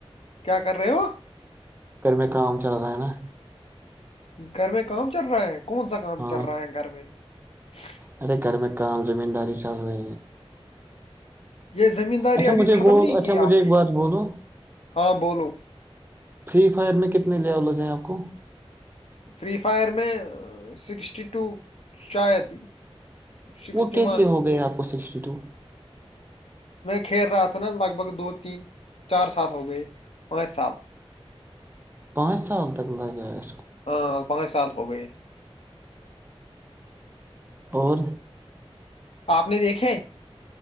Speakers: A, on the left; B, on the right.
A: کیا کر رہے ہو
B: گھر میں کام چل رہا ہے نا
A: گھر میں کام چل رہا ہے کون سا کام
B: ہاں
A: چل رہا ہے گھر میں ج <inaudible>
B: ارے گھر میں کام زمین داری چل رہ ہیں
A: یہ زمینداری
B: اچھا
A: ابھی
B: مجھے
A: ختم
B: ب
A: نہیں
B: اچھا
A: کی
B: مجھے
A: آپ
B: ایک
A: نے
B: بات بولو
A: ہاں بولو
B: فری فائر میں کتنے لیولز ہیں رکو <inaudible>
A: فری فائر میں سکسٹی ٹو شاید سکسٹی
B: وہ کیسے
A: ون
B: ہو گئے آپ کو سکسٹی ٹو
A: کھیر رہا تھا نا لگ بھگ دو تین چار سال ہو گئے پانچ سال
B: پانچ سال تک لگ جائے
A: ہاں پانچ سال ہو گئے
B: اور
A: آپ نے دیکھے